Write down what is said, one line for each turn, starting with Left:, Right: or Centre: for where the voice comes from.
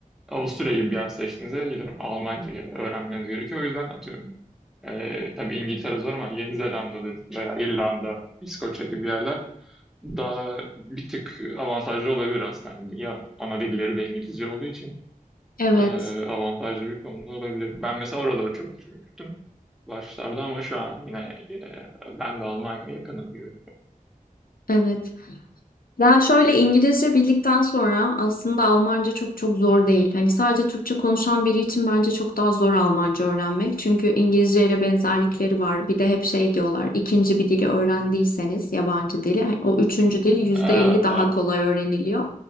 Centre: Avusturya gibi bir yer seçtiğinizde gidiyorum Almanca'yı öğrenmeniz gerekiyor. O yüzden atıyorum. E, tabii İngiltere zor ama Yeni Zelanda'dır veya İrlanda, İskoçya gibi yerler daha bir tık avantajlı olabilir aslında. Hani ya ana dilleri de İngilizce olduğu için
Left: evet,
Centre: e, avantajlı bir konuda olabilir. Ben mesela oraları çok düşünmüştüm başlarda ama şu an yine e, ben de Almanya'ya yakınım gibi.
Left: evet. Ben şöyle İngilizce bildikten sonra aslında Almanca çok çok zor değil. Hani sadece Türkçe konuşan biri için bence çok daha zor Almanca öğrenmek. Çünkü İngilizce ile benzerlikleri var. Bir de hep şey diyorlar. ikinci bir dili öğrendiyseniz yabancı dili hani o üçüncü dil yüzde
Centre: Evet,
Left: elli daha
Centre: evet.
Left: kolay öğreniliyor.